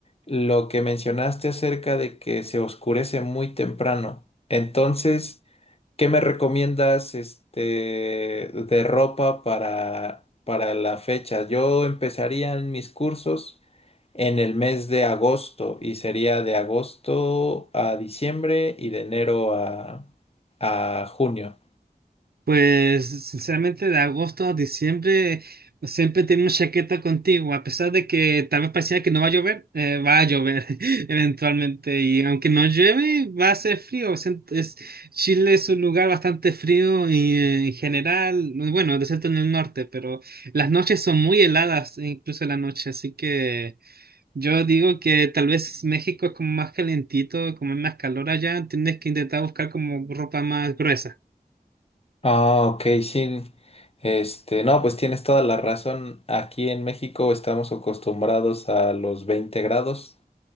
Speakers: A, on the left; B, on the right.
A: Lo que mencionaste acerca de que se oscurece muy temprano. Entonces... ¿Qué me recomiendas este de ropa para, para la fecha? Yo empezaría en mis cursos en el mes de agosto y sería de agosto a diciembre y de enero a, a junio.
B: Pues sinceramente de agosto a diciembre siempre tenemos chaqueta contigo, a pesar de que tal vez pareciera que no va a llover, eh, va a llover <laughs> eventualmente y aunque no llueve va a ser frío. o sea, es- Chile es un lugar bastante frío y eh, en general, bueno, excepto en el norte, pero las noches son muy heladas, e incluso la noche, así que... Yo digo que tal vez México es como más calentito, como es más calor allá, tienes que intentar buscar como ropa más gruesa.
A: Ah, ok, sí. Este, no, pues tienes toda la razón. Aquí en México estamos acostumbrados a los 20 grados.